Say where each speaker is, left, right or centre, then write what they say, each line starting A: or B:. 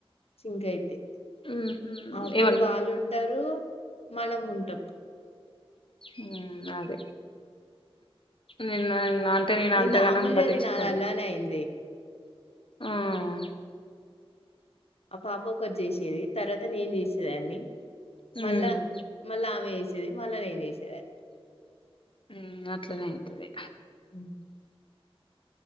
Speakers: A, on the left; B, on the left.
A: సింకా అయింది
B: ఉహు
A: అప్పుడు
B: ఏమన్
A: వాళ్ళు ఉంటారు మనం ఉంటాం
B: హు అదే నిన్న న అంటే నేను
A: నిన్న
B: అంతగానం
A: అమూల్యది
B: పట్టించుకోలే
A: నాది అలానే అయింది
B: ఆహా
A: ఆ పాప ఒకటి చేసేది తర్వాత నేను చేసేదాన్ని
B: ఉమ్
A: మళ్ళా మళ్ళా ఆమె చేస్ సిది మళ్ళా నేను చేసేదాన్ని
B: హ్మ్ అట్లనే అయితది
A: మ్మ్